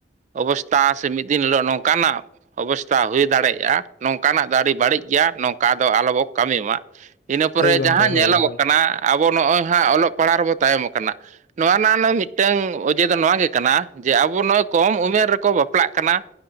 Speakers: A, on the right; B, on the left.
A: ᱚᱵᱚᱥᱛᱷᱟ ᱥᱮ ᱢᱤᱫ ᱫᱤᱱ ᱦᱤᱞᱳᱜ ᱱᱚᱝᱠᱟᱱᱟᱜ ᱚᱵᱚᱥᱛᱟ ᱦᱩᱭ ᱫᱟᱲᱮᱭᱟᱜ ᱱᱚᱝᱠᱟᱱᱟᱜ ᱟᱨᱮ ᱵᱟᱹᱲᱤᱡ ᱜᱮᱭᱟ ᱱᱚᱝᱠᱟ ᱫᱚ ᱟᱞᱚᱵᱚ ᱠᱟᱹᱢᱤᱭ ᱢᱟ᱾ ᱤᱱᱟᱹ ᱯᱚᱨᱮ
B: ᱦᱳᱭ ᱜᱚᱝᱠᱮ
A: ᱡᱟᱦᱟᱸ
B: ᱦᱳᱭ
A: ᱧᱮᱞᱚᱜᱚᱜ
B: ᱦᱳᱭ
A: ᱠᱟᱱᱟ ᱟᱵᱚ ᱱᱚᱜᱼᱚᱭ ᱦᱟᱸᱜ ᱚᱞᱚᱜ ᱯᱟᱲᱦᱟᱜ ᱨᱮᱵᱚ ᱛᱟᱭᱚᱢᱚᱜ ᱠᱟᱱᱟ᱾ ᱱᱚᱣᱟᱱᱟᱜ ᱱᱚᱝ ᱢᱤᱜᱴᱟᱝ ᱚᱡᱮ ᱫᱚ ᱱᱚᱣᱟ ᱜᱮ ᱠᱟᱱᱟ ᱡᱮ ᱟᱵᱚ ᱱᱚᱜᱚᱭ ᱠᱚᱢ ᱩᱢᱮᱨ ᱨᱮᱠᱚ ᱵᱟᱯᱞᱟᱜ ᱠᱟᱱᱟ᱾